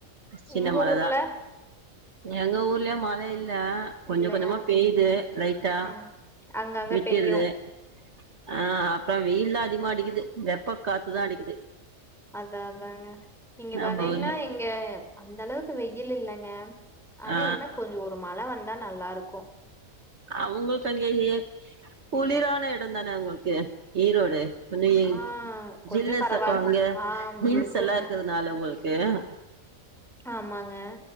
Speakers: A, on the right; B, in the centre.
A: சின்ன
B: உங்க
A: மழ
B: ஊர்ல
A: தா எங்க ஊர்லயு மழ இல்ல கொஞ்சம்
B: இல்லையா
A: கொஞ்சமா பெய்யுது லைட்டா
B: ம் அங்கங்க
A: விட்டிருது
B: பெய்யு
A: ஆ அப்றம் வெயில்லா அதிகமா அடிக்குது வெப்ப காத்துதா அடிக்குது
B: அதா அதா இங்க
A: நம்ம
B: பாத்தீங்ன்னா
A: ஊர்ல
B: இங் ங்கே அந்த அளவுக்கு வெயில் இல்லைங்க ஆனா
A: ஆ
B: என்ன கொஞ்சம் ஒரு மழ வந்தா நல்லாருக்கும்
A: அவுங்களுக்கு அங்கெங்க குளிரான எடம் தான அவுங்ளுக்கு ஈரோடு <unintelligible>
B: ஆ கொஞ்சம்
A: ஜில்னஸ்
B: பரவாயில்ல
A: இக்கவங்க
B: ஆ
A: ஹீல்ஸ்
B: இருக்குங்க
A: எல்லா இக்குதுனால உங்களுக்கு ஏன்
B: ஆமாங்க